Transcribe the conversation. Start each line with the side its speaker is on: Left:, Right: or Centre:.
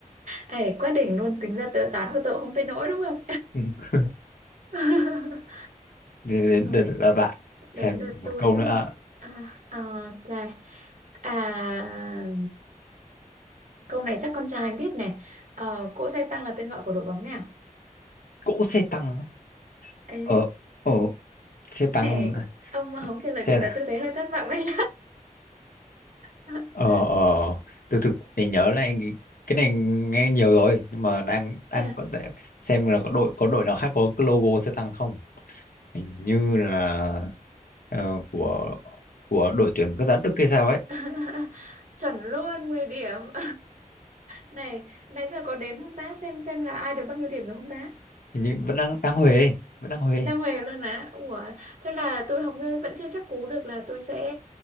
Right: Ê, <laughs> quá đỉnh luôn, tính ra tự toán của tôi cũng không tới nỗi đúng không?
Left: <laughs> ok
Right: <laughs>
Left: đến đến
Right: Ờ,
Left: đợt là bạn
Right: đến
Left: thêm
Right: lượt
Left: một
Right: tôi
Left: câu
Right: đúng
Left: nữa
Right: không? À, ờ, ok. À, câu này chắc con trai biết này. Ờ, cỗ xe tăng là tên gọi của đội bóng nào?
Left: cỗ xe tăng á.
Right: Ê,
Left: ờ ờ xe tăng
Right: này,
Left: à,
Right: ông mà
Left: xe
Right: không trả lời được
Left: xe-
Right: là tôi thấy hơi thất vọng đấy. <laughs>
Left: ờ ờ từ từ để nhớ lại cái này nghe nhiều rồi nhưng mà đang đang
Right: À,
Left: có thể xem là có đội có đội nào khác có cái logo xe tăng không hình như là ờ, của của đội tuyển quốc gia Đức hay sao ấy
Right: <laughs> chuẩn luôn 10 điểm <laughs> này nãy giờ có đếm không ta xem xem là ai được bao nhiêu điểm rồi không ta
Left: hình như vẫn đang đang Huế vẫn đang Huế
Right: đang huề luôn á ủa thế là tôi không vẫn chưa chắc cú được là tôi sẽ